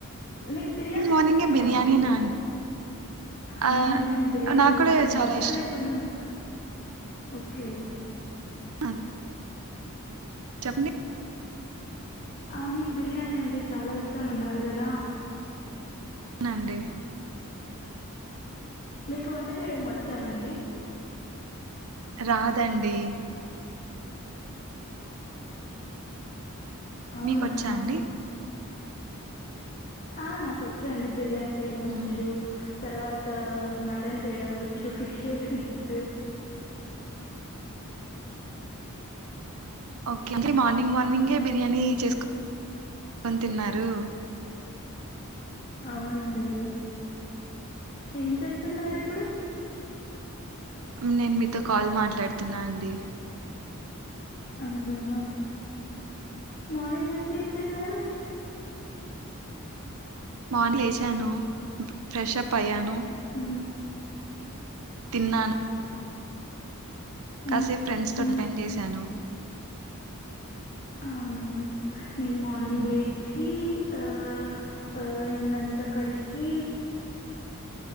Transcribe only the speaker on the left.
మిక్ బిర్యానీ
అంటే ఇష్టమా
అండి. అవుననీ
నేన్ బిర్యాని
ముద్
ముద్ద
లేకునా ము. ఓకే.
ఆ మీక్ బిర్యానీ అంటే చాలా ఇష్టం అన్నారు గదా.
మీకు వంట చేయడం వచ్చా అండి.
అవునా?
ఆ నాకోచ్చాండి బిర్యానీ చేయడం వచ్చు.
తర్వాత మటన్ చేయడం వచ్చు ఫిష్ చేయడం వచ్చు.
అవునండి ఏం చేస్తున్నారు ఇప్పుడు.
అవునా మార్నింగ్ నుంచి ఏం చేశారు.
ఉమ్.
హ్మ్.
హ్మ్.
అవునా. నేన్ మార్నింగ్
లేచి ఆ ఆ ఇళ్ళంతా కడిగి.